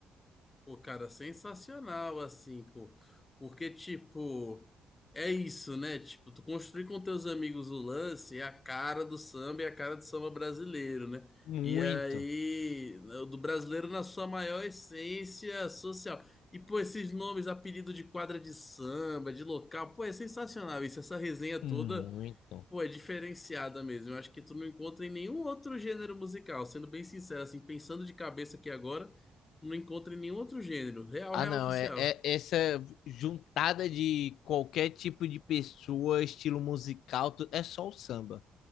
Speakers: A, on the left; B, on the left.
A: Pô, cara, sensacional, assim, pô. Porque, tipo, é isso, né? Tipo, tu construir com teus amigos o lance é a cara do samba e a cara do samba brasileiro, né?
B: Muito,
A: E aí, o do brasileiro na sua maior essência social. E, pô, esses nomes, apelido de quadra de samba, de local, pô, é sensacional isso. Essa resenha
B: muito.
A: toda Pô, é diferenciada mesmo. Eu acho que tu não encontra em nenhum outro gênero musical. Sendo bem sincero, assim, pensando de cabeça aqui agora, tu não encontra em nenhum outro gênero. Real,
B: Ah,
A: real
B: não,
A: oficial.
B: é, é essa juntada de qualquer tipo de pessoa, estilo musical, tu- é só o samba.